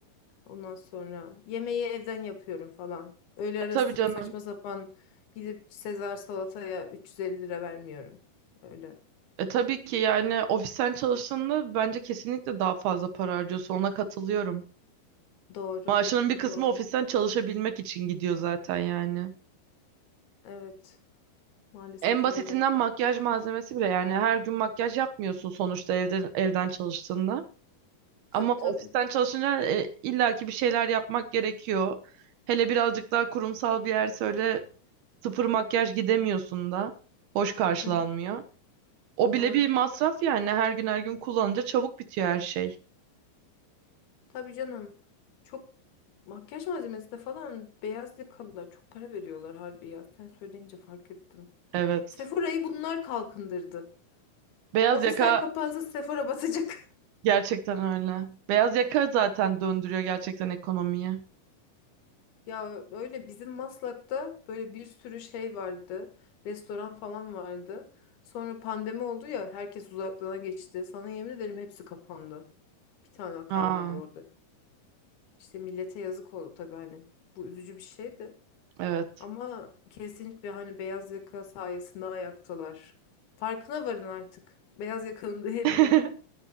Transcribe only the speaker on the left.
Ondan sonra yemeği evden yapıyorum falan. Öğle
arası
saçma sapan gidip Sezar salataya 350 lira vermiyorum. Öyle.
Doğru.
Doğru.
Evet. Maalesef
öyle.
Tabii tabii.
Hı hı.
Doğru.
Tabii canım. Çok makyaj malzemesine falan beyaz yakalılar çok para veriyorlar harbi ya. Sen söyleyince fark ettim.
Sephora'yı bunlar kalkındırdı.
Ofisler
kapansa Sephora basacak. <laughs>
Ya öyle bizim Maslak'ta böyle bir sürü şey vardı. Restoran falan vardı. Sonra pandemi oldu ya herkes uzaklığına geçti. Sana yemin ederim hepsi kapandı. Bir tane kalmadı
orada. İşte millete yazık oldu tabii hani. Bu üzücü bir şeydi.
Ama kesinlikle hani beyaz yaka sayesinde ayaktalar. Farkına varın artık. Beyaz yakanın değerinin.